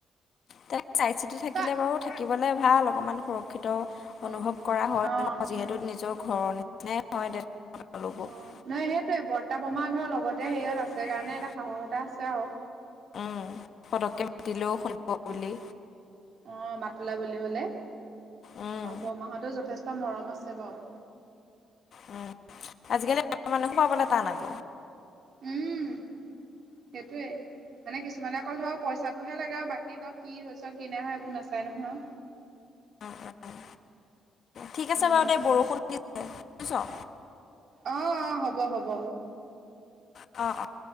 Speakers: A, on the left; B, on the right.
A: তে চাই চিতি থাকিলে
B: তই
A: বাৰু থাকিবলৈ ভাল অকণমান সুৰক্ষিত অনুভৱ
B: অঁ
A: কৰা হয়
B: অঁ
A: ন, যিহেতু নিজৰ ঘৰৰ নিচিনাই হয়লোক
B: অ
A: <inaudible> <unintelligible>
B: নহয় সেইটোৱে বৰ্তা বমা ধৰ লগতে হেৰিয়ত
A: ধৰ লগতে
B: আছে কাৰণে
A: হেৰিয়ত
B: এটা সাহস এটা আছে আৰু।
A: উম পতককৈ মাতিলেও শুনিব বুলি।
B: অঁ মাতিলা বুলিবলৈ,
A: উম,
B: আৰু বৰমাহতও যথেষ্ট মৰম আছে বাৰু
A: উম, আজিকালি মানুহো পাবলৈ টান আকৌ
B: উম সেইটোৱে। মানে কিছুমানে অকল ধৰ পইচাটোহে লাগে আৰু বাকী ত কিছ কিনে হয় এইবোৰ নাচাই নহয়।
A: উম, উম, উম। ঠিক আছে
B: উম
A: বাৰু দে, বৰষুণ দি বুজিছ।
B: অ অ' হ'ব হ'ব।
A: অ অ'।